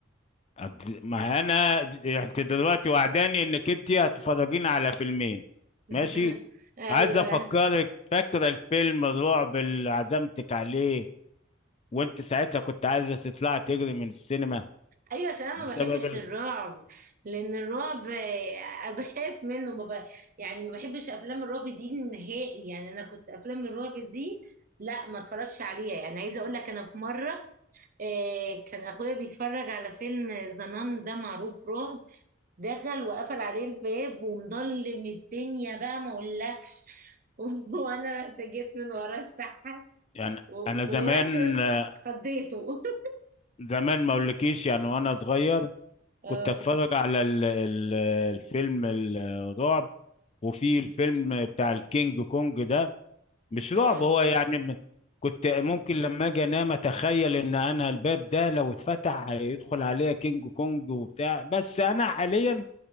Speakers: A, on the left; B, on the right.
A: أنت- ما انا د- انت دلوقتي وعداني انك انت هتفرجيني على فيلمين ماشي
B: <laughs> ايوه
A: عايز افكرك فاكره الفيلم الرعب اللي عزمتك عليه وانت ساعتها كنت عايزه تطلعي تجري من السينما
B: ايوه عشان انا
A: بسبب
B: ما بحبش
A: ال...
B: الرعب لان الرعب آه، <laughs> بخاف منه ما ب... يعني ما بحبش افلام الرعب دي نهائي يعني انا كنت افلام الرعب دي لا ما اتفرجش عليها يعني عايزه اقول لك انا في مره آه، كان اخويا بيتفرج على فيلم زنان ده معروف رعب دخل وقفل عليه الباب ومضلم الدنيا بقى ما اقولكش <laughs> وانا رحت جيت من ورا السحاب
A: يعني
B: و-
A: انا زمان
B: ورحت
A: آه،
B: خضيته <laughs>
A: زمان ما اقولكيش يعني وانا صغير
B: اه
A: كنت اتفرج على ال... ال... الفيلم الرعب وفي الفيلم بتاع الكينج كونج ده مش
B: اه
A: رعب هو يعني م- كنت ممكن لما اجي انام اتخيل ان انا الباب ده لو اتفتح هيدخل عليا كينج كونج وبتاع بس انا حاليا